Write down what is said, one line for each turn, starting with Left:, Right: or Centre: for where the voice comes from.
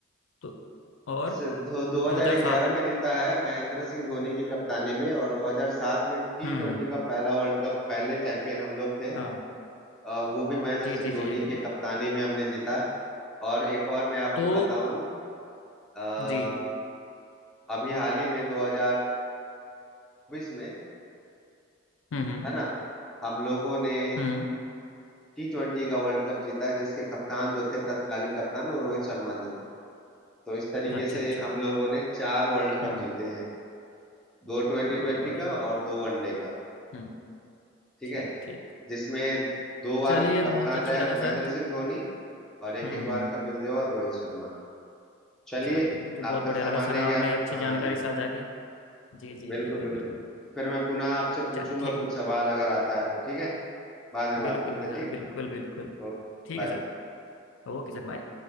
Left: तो और
Centre: स- दो 2011
Left: 2007
Centre: में जीता है महेंद्र सिंह धोनी की कप्तानी में और 2007 में टी
Left: हम्म
Centre: ट्वेंटी का पहला वर्ल्ड कप पहले चैंपियन हम लोग थे
Left: हाँ
Centre: अ, वो भी महेंद्र
Left: जी
Centre: सिंह
Left: जी
Centre: धोनी
Left: जी जी बिल्कुल
Centre: के कप्तानी में हमने जीता और एक और मैं आपको
Left: तो
Centre: बताऊं अ,
Left: जी
Centre: अभी हाल ही में 2024 में
Left: हम्म हम्म
Centre: है ना हम लोगों ने
Left: हम्म,
Centre: टी ट्वेंटी का वर्ल्ड कप जीता जिसके कप्तान जो थे तत्कालीन कप्तान वो रोहित शर्मा जी थे तो इस तरीके
Left: अच्छा
Centre: से
Left: अच्छा
Centre: हम लोगों ने चार वर्ल्ड
Left: हम्म
Centre: कप जीते हैं दो ट्वेंटी
Left: बहुत
Centre: ट्वेंटी
Left: बढ़िया
Centre: का और दो वनडे का
Left: हम्म
Centre: ठीक
Left: ठीक
Centre: है
Left: ठीक
Centre: जिसमें दो बार
Left: चलिए
Centre: कप्तान
Left: बहुत अच्छा
Centre: रहे
Left: लगा
Centre: महेंद्र
Left: सर
Centre: सिंह धोनी और एक
Left: हम्म
Centre: एक बार
Left: हम्म
Centre: कपिल देव और रोहित शर्मा चलिए
Left: चलिए मुझे बहुत
Centre: आपका
Left: बढ़िया
Centre: सामान्य
Left: लगा सर आपने
Centre: ज्ञान
Left: अच्छी
Centre: हाँ
Left: जानकारी
Centre: जी
Left: साझा की जी जी
Centre: बिल्कुल
Left: बिल्कुल
Centre: बिल्कुल
Left: बिल्कुल
Centre: फिर मैं पुनः आपसे पूछूंगा
Left: चलिए ठीक है
Centre: कुछ सवाल अगर आता है तो ठीक है बाद में बात
Left: बिल्कुल
Centre: करते
Left: भी
Centre: हैं,
Left: सर
Centre: ठीक
Left: बिल्कुल बिल्कुल
Centre: Okay
Left: ठीक
Centre: bye
Left: है सर Okay sir bye